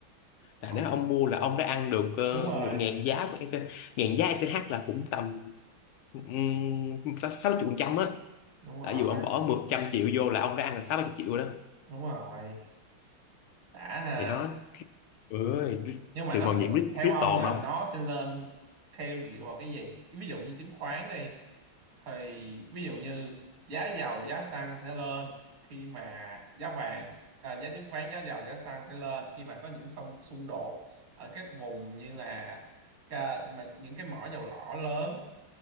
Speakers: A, on the right (about 85°); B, on the left (about 80°).
A: <laughs> Trời,
B: là nếu ông mua là ông đã ăn được
A: đúng rồi
B: uh, một ngàn giá của ETH ngàn giá ETH là cũng tầm um, sáu chục phần trăm á
A: đúng rồi
B: đã dù ông bỏ một trăm triệu vô là ông đã ăn được sáu chục triệu rồi đó
A: đúng rồi đã ha
B: thì đó ơi
A: nhưng mà
B: sự
A: nó
B: màu nhiệm crypt-
A: theo
B: crypto
A: ông là
B: mà ông
A: nó sẽ lên theo dựa vào cái gì ví dụ như chứng khoán đi thì ví dụ như giá dầu giá xăng sẽ lên khi mà giá vàng à, giá chứng khoán giá dầu giá xăng sẽ lên khi mà có những xung xung đột ở các vùng như là ca, mà những cái mỏ dầu lỏ lớn